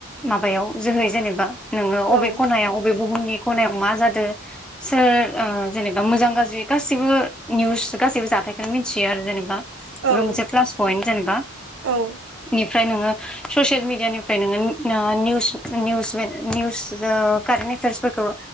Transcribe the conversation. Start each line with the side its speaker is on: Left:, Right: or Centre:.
Centre: माबायाव जोहै जेनेबा नोङो
Right: औ
Centre: अबे खनायाव अबे बुहुमनि खनायाव मा जादो सोर ओ जेनेबा मोजां गाज्रि गासिबो निउस गासैबो जाथायखोनो मि थियो आरो जेनेबा
Right: औ
Centre: बेबो मोनसे प्लास पइन्ट जेनेबा
Right: औ
Centre: बेफ्राय नोङो ससियेल मिडियानिफ्राय नोङो ना निउस निउस मे निउस ओ कारेन्ट एफियारसफोरखौ